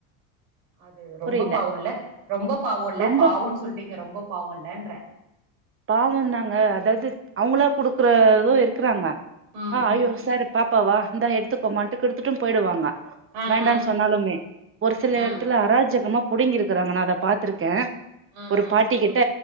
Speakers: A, on the right (about 85°); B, on the right (about 25°).
A: அது ரொம்ப
B: புரியல
A: பாவோல்ல ரொம்ப பாவோ இல்ல
B: ரொம்ப
A: பாவன்னு சொல்லிட்டீங்க ரொம்ப பாவல்லன்ற
B: பாவோ தாங்க அதாவது அவுங்களா குடுக்குறது இருக்கறாங்க
A: ம்
B: ஆ ஐயோ
A: ம்
B: சார் பாப்பாவா இந்தா எடுத்துக்கோமான்ட்டு குடுத்துட்டு போயிடுவாங்க
A: ஆ
B: வேண்டான்னு
A: ஆ
B: சொன்னாலுமே ஒரு சில
A: ஆ
B: இடத்துல அராஜகமா புடுங்கிருக்கறாங்க நா அத பாத்துருக்க
A: ஆ
B: ஒரு
A: ஆ
B: பாட்டி கிட்ட